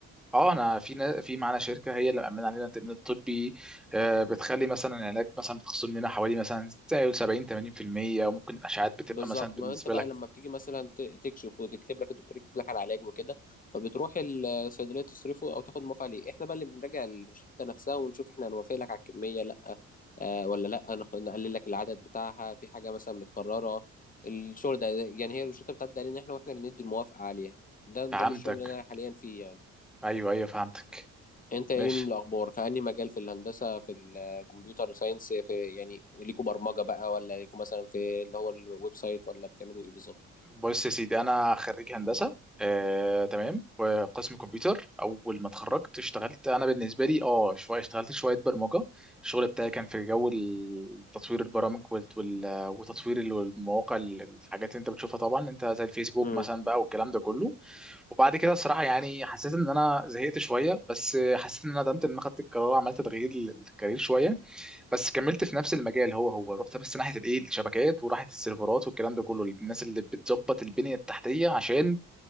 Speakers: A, in the centre; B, on the left.
A: اه انا في نا- في معانا شركه هي اللي مأمنه علينا التامين الطبي آه، بتخلي مثلا العلاج مثلا بتخصم لنا حوالي مثلا زي 70 80% وممكن الاشعاعات بتبقى
B: بالظبط
A: مثلا بالنسبه
B: ما انت بقى
A: لك
B: لما بتيجي مثلا ت- تكشف وتكتب لك الدكتور يكتب لك على علاج وكده فبتروح الصيدليه تصرفه او تاخد موافقه عليه احنا بقى اللي بنراجع الروشته نفسها ونشوف احنا هنوافق لك على الكميه لا آه ولا لا نخ- نقلل لك العدد بتاعها في حاجه مثلا متكرره الشغل ده يعني هي الروشته بتعدي علينا احنا واحنا اللي ندي الموافقه عليها ده نظام
A: فهمتك
B: الشغل اللي انا حاليا فيه يعني
A: ايوه ايوه فهمتك
B: انت ايه
A: ماشي
B: من الاخبار في انهي مجال في الهندسه في الكمبيوتر ساينس في يعني ليكوا برمجه بقى ولا ليكوا مثلا في اللي هو الويب سايت ولا بتعملوا ايه بالظبط
A: بص يا سيدي انا خريج هندسه آه، تمام وقسم كمبيوتر اول ما اتخرجت اشتغلت انا بالنسبه لي اه شويه اشتغلت شويه برمجه الشغل بتاعي كان في جو ال- تطوير البرامج وال- وال- وتطوير ال- المواقع ال- الحاجات اللي انت بتشوفها طبعا انت زي الفيسبوك
B: امم
A: مثلا بقى والكلام ده كله وبعد كده الصراحه يعني حسيت ان انا زهقت شويه بس حسيت ان انا ندمت ان انا خدت القرار عملت تغيير للكارير شويه بس كملت في نفس المجال هو هو رحت بس ناحيه الايه الشبكات وراحت السيرفرات والكلام ده كله الناس اللي بتظبط البنيه التحتيه عشان